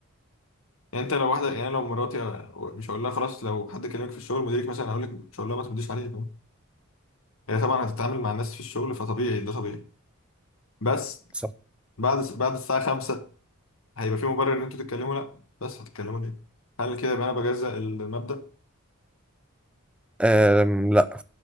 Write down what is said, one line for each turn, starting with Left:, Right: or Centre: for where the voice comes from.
Left: يعني انت لو واحده يعني أنا لو مراتي آه، مش هقول لها خلاص لو حد كلمك في الشغل مديرك مثلا هقول لك مش هقول لها ما ترديش عليه فاهم هي طبعا هتتعامل مع الناس في الشغل فطبيعي ده طبيعي بس
Centre: صح
Left: بعد بعد الساعه 5 هيبقى في مبرر ان انتوا تتكلموا لا بس هتتكلموا ليه هل كده يبقى انا بجزأ المبدأ
Centre: أم لا